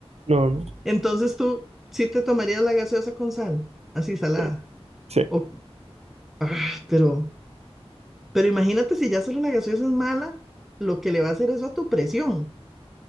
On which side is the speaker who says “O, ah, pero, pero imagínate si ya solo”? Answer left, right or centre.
Centre